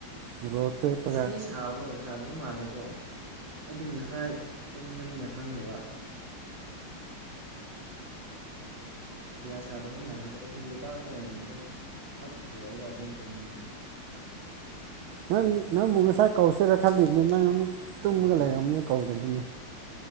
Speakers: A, on the right (about 80°); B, on the right (about 60°).
A: ꯃꯣꯔꯣꯛ ꯑꯇꯦꯛꯄꯒ
B: ꯉꯁꯤꯗꯤ ꯁꯥꯕ꯭ꯔꯣ ꯁꯥꯗꯕ ꯃꯥꯜꯂꯦꯀꯣ ꯑꯩꯗꯤ ꯉꯁꯥꯏ ꯇꯨꯝꯕꯅꯤꯅ ꯈꯪꯗꯕ ꯀꯌꯥ ꯁꯥꯗꯕ ꯃꯥꯜꯂꯦꯗ ꯑꯩꯗꯤ ꯂꯩꯕꯥꯛꯇ ꯑꯣꯏꯅ ꯑꯗꯨꯝ ꯐꯛ ꯄꯨꯊꯣꯛꯑꯒ ꯑꯗꯨꯝ ꯇꯨꯝꯃꯦ
A: ꯅꯪ ꯅꯪꯕꯨ ꯉꯁꯥꯏ ꯀꯧꯁꯤꯔꯥ ꯈꯜꯂꯤꯕꯅꯤ ꯅꯪ ꯑꯃꯨꯛ ꯇꯨꯝꯃꯒ
B: ꯎꯝ
A: ꯂꯩꯔꯝꯅꯤ ꯀꯧꯗꯕꯅꯤ